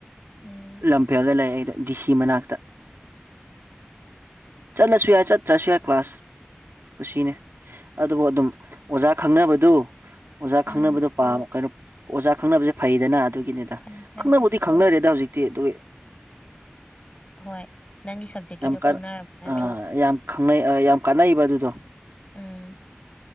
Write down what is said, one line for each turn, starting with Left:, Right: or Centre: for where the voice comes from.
Left: ꯎꯝ
Right: ꯂꯝꯐꯦꯜꯗ ꯂꯩ ꯑꯩꯗ ꯗꯤꯁꯤ ꯃꯅꯥꯛꯇ ꯆꯠꯂꯁꯨ ꯌꯥꯏ ꯆꯠꯇ꯭ꯔꯁꯨ ꯌꯥꯏ ꯀ꯭ꯂꯥꯁ ꯀꯨꯁꯤꯅꯦ ꯑꯗꯣ ꯑꯗꯨꯝ ꯑꯣꯖꯥ ꯈꯪꯅꯕꯗꯨ ꯑꯣꯖꯥ
Left: ꯎꯝ
Right: ꯈꯪꯅꯕꯗꯣ ꯄꯥꯝꯕ ꯀꯩꯅꯣ ꯑꯣꯖꯥ ꯈꯪꯅꯕꯁꯦ ꯐꯩꯗꯅ ꯑꯗꯨꯒꯤꯅꯤ
Left: ꯐꯔꯦ ꯐꯔꯦ
Right: ꯈꯪꯅꯕꯨꯗꯤ
Left: ꯐꯔꯦ
Right: ꯈꯪꯅꯔꯦꯗ ꯍꯧꯖꯤꯛꯇꯤ ꯑꯗꯨ
Left: ꯍꯣꯏ ꯅꯪꯒꯤ ꯁꯕꯖꯦꯛꯀꯤꯗꯣ
Right: ꯌꯥꯝ ꯀꯥꯟ
Left: ꯈꯪꯅꯔꯕ ꯅꯠꯇ꯭ꯔꯣ
Right: ꯌꯥꯝ ꯈꯪꯅꯩ ꯌꯥꯝ ꯀꯥꯟꯅꯩꯕ ꯑꯗꯨꯗꯣ
Left: ꯎꯝ